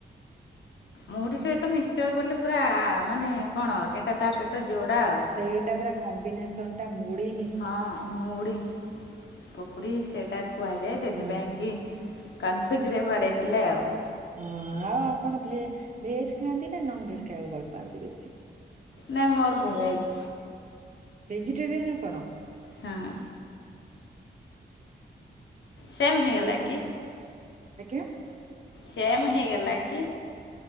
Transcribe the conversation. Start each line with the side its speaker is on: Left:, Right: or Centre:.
Left: ମୁଢ଼ି ସହିତ ମିକ୍ସଚର ବୋଲି ପୁରା ମାନେ କଣ ସେଟା ତା ସହିତ
Right: ସେଇଟା
Left: ଯୋଡ଼ା ଆଉ
Right: ପୁରା କମ୍ବିନେସନ ଟା ମୁଢ଼ି ମି
Left: ହଁ ମୁଢି ପକୁଡ଼ି ସେଇଟା କୁହାଯାଏ ସେଥିପାଇଁ
Right: ହୁଁ
Left: କି କନଫ୍ୟୁଜ ରେ ବାଡ଼େଇ ଦେଲେ ଆଉ।
Right: ହଁ ଆଉ ଆପଣ ଭେ ଭେଜ ଖାଆନ୍ତି ନା ନନଭେଜ ଖାଇବାକୁ ଭଲ ପାଆନ୍ତି ବେଶୀ?
Left: ନାଇଁ ମୋର ଭେଜ୍।
Right: ଭେଜିଟେରିୟାନ୍ ଆପଣ।
Left: ହଁ। ସେମ୍ ହେଇଗଲା
Right: ଭେଜ
Left: କି
Right: ଆଜ୍ଞା।
Left: ସେମ୍ ହେଇଗଲା କି?